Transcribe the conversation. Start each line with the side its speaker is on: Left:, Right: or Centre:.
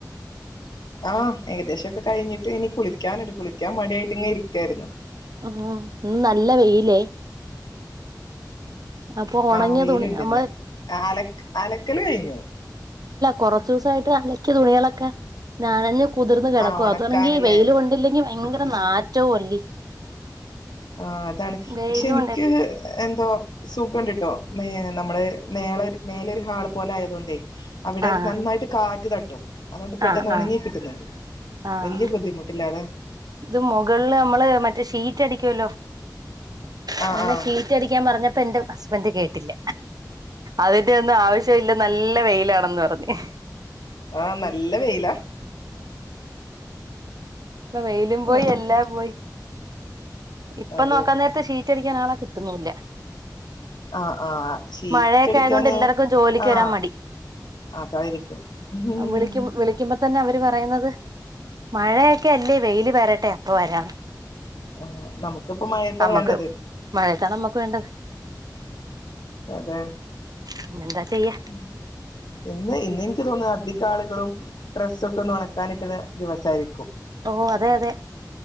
Left: ആ് ഏകദേശംൊക്കെ കഴിഞ്ഞിട്ട് ഇനി കുളിക്കാനി കുളിക്കാൻ മടിയായിട്ട് ഇങ്ങെ ഇരിക്കായിരുന്നു
Right: ആഹ ഒന്ന് നല്ല വെയിലേ അപ്പൊ ഉണങ്ങിയ
Left: ആഹ് വെയിലുണ്ടിന്ന്
Right: തുണി നമ്മള്
Left: അല അലക്കല് കഴിഞ്ഞു
Right: കൊറച്ച ദിവസയിട്ട് അലക്കിയ തുണികള നാനന്നെ <unintelligible> കുതിർന്ന് കിടക്കും
Left: ആഹ് ഒണക്കാന്ല്ലേ
Right: അതാണെങ്കിൽ വെയിൽ കൊണ്ടില്ലെങ്കിൽ ഭയങ്കര നാറ്റവുംഅല്ലേ
Left: ആ് അതാണ്
Right: വെയിലും
Left: പക്ഷെ എനിക്ക്
Right: ഉണ്ട്
Left: എന്തോ സുഖണ്ടിട്ടോ മ നമ്മള് മേല ആൾ പോല ആയതു കൊണ്ടേ അവിടെ
Right: ആഹ്
Left: നന്നായിട്ട് കാ തട്ടു അതുകൊണ്ട് പെട്ടെന്ന്
Right: ആഹ്
Left: ഉണങ്ങി
Right: ആഹ്
Left: കിട്ടുന്നുണ്ട്
Right: ആഹ്
Left: വലിയ ബുദ്ധിമുട്ടില്ല അതെ
Right: ഇത് മുകളില് നമ്മള് മറ്റേ ഷീറ്റ് അടിക്കുമല്ലോ അങ്ങനെ
Left: ആഹ് ആഹ്
Right: ഷിറ്റ് അടിക്കാൻപറഞ്ഞപ്പ എന്റെ ഹസ്ബൻഡ്കേട്ടില്ല അതിന്റെ ഒന്നും ആവശ്യവില്ല നല്ലവെയിലാ ന്നറഞ്ഞ്
Left: ആ നല്ല വെയിലാ
Right: ഇപ്പ വെയിലുംപോയി
Left: അതെ
Right: എല്ലാംപോയി ഇപ്പൊ
Left: അതെ
Right: നോക്കാന്നേരത്ത് ഷീറ്റടിക്കാൻ ആളെ കിട്ടുന്നൂല്ല
Left: ആഹ് ആഹ് ഷീറ്റടിക്കാന്
Right: മഴയൊക്കെ ആയതോണ്ട് എല്ലാർക്കും ജോലിക്കരാൻ
Left: ആഹ്
Right: മടി
Left: അതായിരിക്കും ഉം
Right: വിളിക്ക് വിളിക്കുമ്പ- തന്നെവര് പറയുന്നത് മഴയ- ക്കല്ലേ വെയില് വരട്ടെ പ്പൊവരാം
Left: ആ നമക്കിപ്പൊ മയത്താ
Right: നമ്മക്ക്
Left: വേണ്ടത്
Right: മഴയത്താണ് നമ്മക്ക് വേണ്ടത്
Left: അതെ
Right: പിന്നെന്താ ചെയ്യാ
Left: ഉം ഇന്ന് ഇന്നെനി- നിക്ക് തോന്നത് അധികാളുകളും ഡ്രസ്സൊക്കെ ഒന്ന് ഒണക്കാനിട്ടത് ദിവസാരിക്കും
Right: ഓ അതെ അതെ